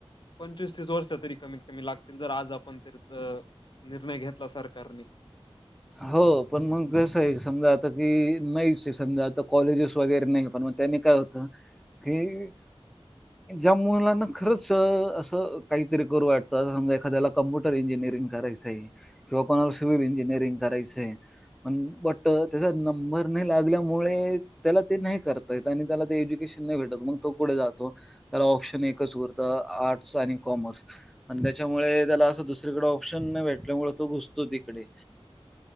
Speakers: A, on the left; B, in the centre.
A: पंचवीस तीस वर्ष तरी कमीत कमी लागतील जर आज आपण तर अ निर्णय घेतला सरकारनी.
B: हो पण मग कसं आहे. समजा आता की <unintelligible> समजा आता कॉलेजेस वगैरे नाही पण मग त्यानी काय होतं. की. ज्या मुलांना खरंच असं काहीतरी करू वाटतं समजा एखाद्याला कम्प्युटर इंजिनिअरिंग करायचाय किंवा कोणाला सिव्हिल इंजिनिअरिंग करायचाय पण बट त्या <unintelligible> नंबर नाही लागल्यामुळे त्याला ते नाही कर <unintelligible> त्याला ते एज्युकेशन नाही भेटत मग तो कुठे जातो. त्याला ऑप्शन एकच उरतं आर्ट्स आणि कॉमर्स. आणि त्याच्यामुळे त्याला असं दुसरीकड ऑप्शन नाही भेटल्यामुळ तो घुसतो तिकडे.